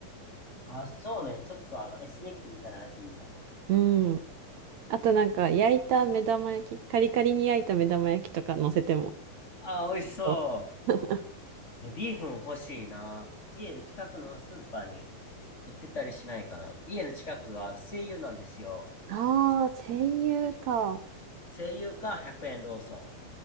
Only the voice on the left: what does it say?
あそうね。ちょっとあの、エスニックみたいな味になる。
ああ、美味しそう。
えビーフン欲しいな。家の近くのスーパーに売ってたりしないかな。家の近くは西友なんですよ。
西友か100円ローソ